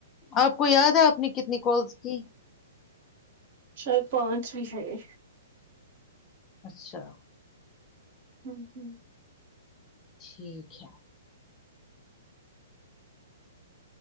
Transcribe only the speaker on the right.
شاید پانچ بھی ہے
ہوں ہوں